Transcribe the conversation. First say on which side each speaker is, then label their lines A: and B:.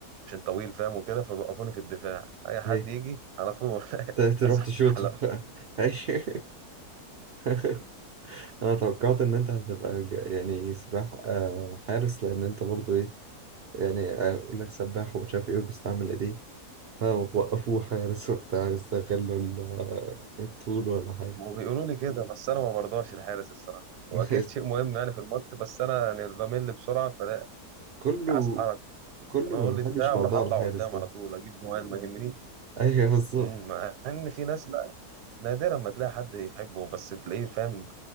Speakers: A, on the right (about 80°); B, on the right (about 60°).
A: عشان طويل فاهم وكده فوقفوني في الدفاع اي حد
B: ايوه
A: يجي على طول <laughs>
B: ت- تروح
A: ازحلق
B: تشوطه <laughs> ايوه <laughs> انا توقعت ان انت هتبقى ج- يعني سباح آه، حارس لان انت برضو ايه يعني اقول لك سباح ومش عارف ايه وبيستعمل ايديه فوقفوه حارس وبتاع يستغلوا ال- آه، الطول ولا حاجة
A: وبيقولوا لي كده بس انا ما برضاش الحارس الصراحه واكيد
B: <laughs>
A: شيء مهم يعني في الماتش بس انا يعني بمل بسرعه فلا
B: كله
A: عايز حركه
B: كله
A: انا
B: ما
A: اقول
B: بيحبش
A: لي دفاع واروح
B: موضوع
A: اطلع
B: الحارس
A: قدام
B: ده
A: على طول اجيب جوان ما يهمنيش
B: <laughs> ايوه بالظبط
A: أمم، مع ان في ناس لا نادرا ما تلاقي حد يحبه بس بتلاقيه فاهم